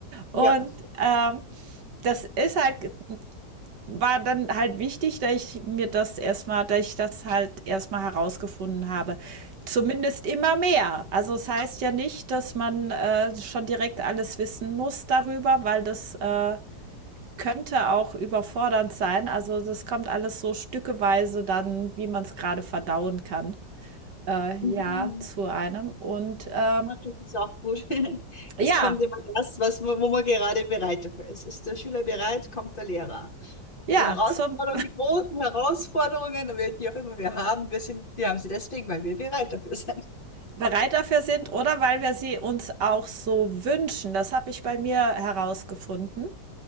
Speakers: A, on the left; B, on the right.
A: Ja.
B: Und, ähm, das ist halt war dann halt wichtig, dass ich mir das erstmal, dass ich das halt erstmal herausgefunden habe. Zumindest immer mehr. Also, es heißt ja nicht, dass man, äh, schon direkt alles wissen muss darüber, weil das, äh könnte auch überfordernd sein. Also, das kommt alles so stückeweise dann, wie man es gerade verdauen kann, äh, ja,
A: Mhm.
B: zu einem. Und, ähm,
A: Ach, das ist auch gut. <laughs> Es
B: ja,
A: kommt immer das, was, wo man gerade bereit dafür ist. Ist der Schüler bereit, kommt der Lehrer.
B: ja,
A: Die Herausforderungen,
B: zum
A: die großen Herausforderungen, oder die auch immer wir haben, wir sind, wir haben sie deswegen, weil wir bereit dafür sind.
B: bereit dafür sind oder weil wir sie uns auch so wünschen. Das habe ich bei mir herausgefunden.